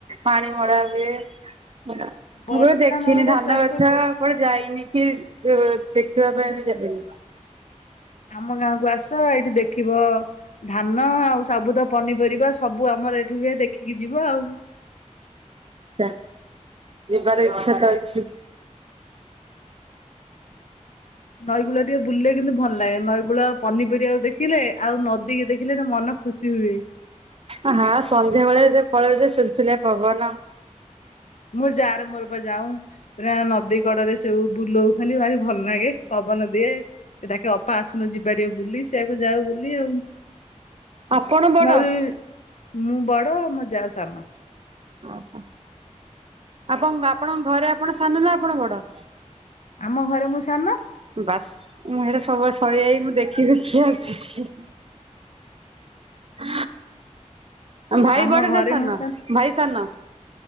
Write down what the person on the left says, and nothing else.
ବର୍ଷା
ନହେଲେ
ଚାଷ
କୁଆଡୁ ହବ।
ଆମ ଗାଁକୁ ଆସ ଏଇଠି ଦେଖିବ ଧାନ ଆଉ ସବୁ ତ ପନିପରିବା ସବୁ ଆମର ଏଠି ହୁଏ ଦେଖିକି ଯିବ ଆଉ।
ନଈକୂଳରେ ଟିକେ ବୁଲିଲେ କିନ୍ତୁ ଭଲ ଲାଗେ ନଈକୂଳ ପନିପରିବାକୁ ଦେଖିଲେ ଆଉ ନଦୀ କିି ଦେଖିଲେ ମନ ଖୁସି ହୁଏ।
ମୁଁ ଯାାର ମୋର ବା ଯାଉ। ପୁରା ନଦୀ କଡରେ ସବୁ ବୁଲଉ ଖାଲି ତା ଭଲ ଲାଗେ ପବନ ଦିଏ। ସେ ଡାକେ ଅପା ଆସୁନୁ ଯିବା ଟିକେ ବୁଲି ସେଆକୁ ଯାଉ ବୁଲି ଆଉ।
ହେ ମୁଁ ବଡ ଆଉ ମୋ ଯା ସାନ।
ଆମ ଘରେ ମୁଁ ସାନ।
ଆମ
ଘରେ
ମୁଁ